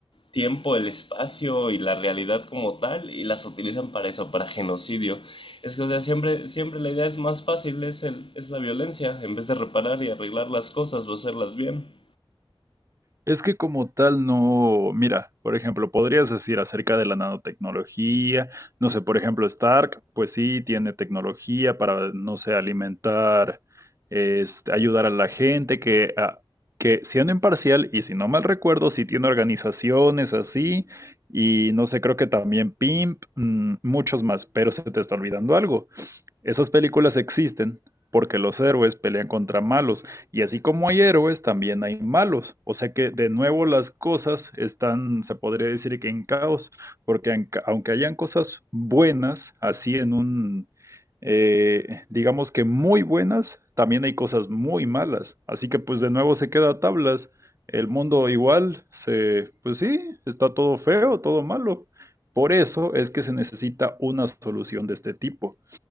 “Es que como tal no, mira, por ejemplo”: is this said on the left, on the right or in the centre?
Right